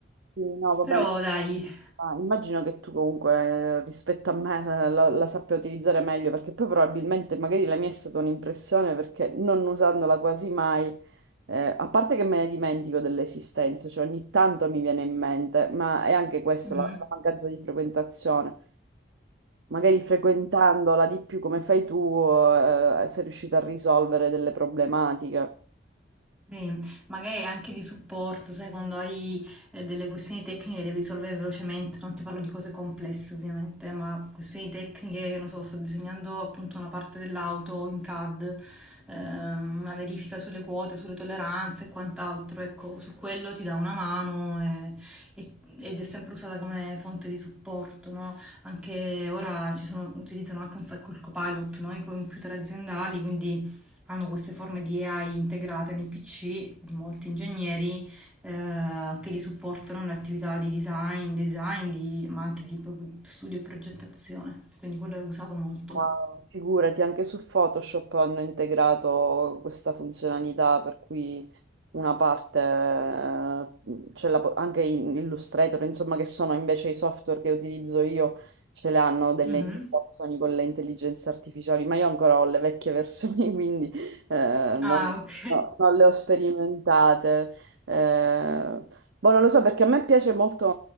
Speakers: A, on the right; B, in the centre.
A: Sì, No, vabbè,
B: Però dai.
A: ma immagino che tu comunque eh, rispetto a me la, la sappia utilizzare meglio, perché poi probabilmente magari la mia è stata un'impressione perché non usandola quasi mai. Eh, a parte che me ne dimentico dell'esistenza, cioè ogni tanto mi viene in mente, ma è anche questo,
B: Mhm.
A: la, la mancanza di frequentazione. Magari frequentandola di più come fai tu, eh, sei riuscita a risolvere delle problematiche.
B: Sì, magari anche di supporto, sai, quando hai eh, delle questioni tecniche devi risolvere velocemente, non ti parlo di cose complesse ovviamente, ma questioni tecniche, che non so, sto disegnando appunto una parte dell'auto in CAD, eh, una verifica sulle quote, sulle tolleranze e quant'altro, ecco, su quello ti dà una mano e- e- ed è sempre usata come fonte di supporto, no? Anche ora ci sono- utilizzano anche un sacco il Copilot, no? I computer aziendali, quindi hanno queste forme di AI integrate nei PC di molti ingegneri eh, che li supportano nelle attività di design, design di- ma anche di proprio studio e progettazione. Quindi quello è usato molto.
A: Ma Figurati, anche su Photoshop hanno integrato questa funzionalità per cui una parte, eh, ce la po- anche in Illustrator, insomma, che sono invece i software che utilizzo io, ce le hanno delle
B: Mhm.
A: integrazioni con le intelligenze artificiali, ma io ancora ho le vecchie versioni, <laughs> quindi eh, non,
B: Ah, ok.
A: no, non le ho sperimentate. Eh, boh, non lo so, perché a me piace molto